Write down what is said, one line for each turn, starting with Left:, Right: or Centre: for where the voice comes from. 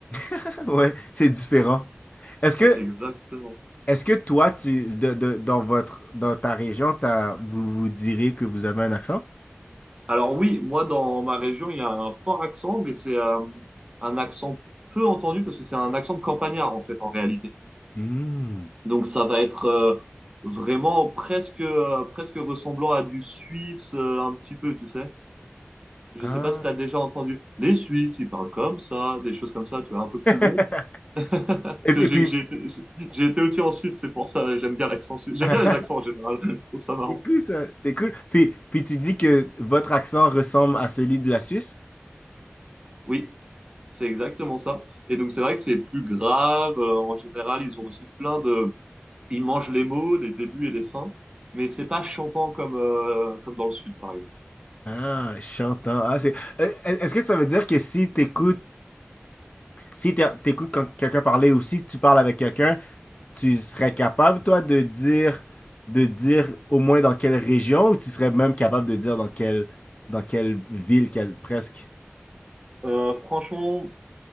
Left: <laughs> ouais, c'est différent. Est-ce que,
Right: Ouais, <laughs> Exactement.
Left: est-ce que toi, tu, de, de- dans votre, dans ta région, t'as- vous vous direz que vous avez un accent?
Right: Alors oui, moi dans ma région, il y a un fort accent, mais c'est euh, un accent peu entendu parce que c'est un accent de campagnard en fait en réalité.
Left: Hmm.
Right: Donc ça va être euh, vraiment presque euh, presque ressemblant à du suisse euh, un petit peu, tu sais. Je
Left: Ah.
Right: sais pas si tu as déjà entendu. Les Suisses, ils parlent comme ça, des choses comme ça, tu vois, un peu plus
Left: <laughs>
Right: long. Parce
Left: Et, et
Right: J'ai
Left: puis,
Right: j'ai été, j'ai- j'ai été aussi en Suisse, c'est pour ça, j'aime bien l'accent suisse. J'aime
Left: <laughs>
Right: bien les accents en général, <laughs> je trouve ça marrant.
Left: c'est cool ça, c'est cool. Puis, puis tu dis que votre accent ressemble à celui de la Suisse?
Right: Oui, c'est exactement ça. Et donc c'est vrai que c'est plus grave, euh, en général, ils ont aussi plein de... Ils mangent les mots, les débuts et les fins, mais c'est pas chantant comme, euh, comme dans le sud, par exemple.
Left: Ah, chantant. Ah, c'est. Euh, Est-ce que ça veut dire que si t'écoutes, si t'é- t'écoutes quand quelqu'un parler aussi, tu parles avec quelqu'un? tu serais capable, toi, de dire, de dire au moins dans quelle région ou tu serais même capable de dire dans quelle, dans quelle ville quel- presque?
Right: Euh, franchement,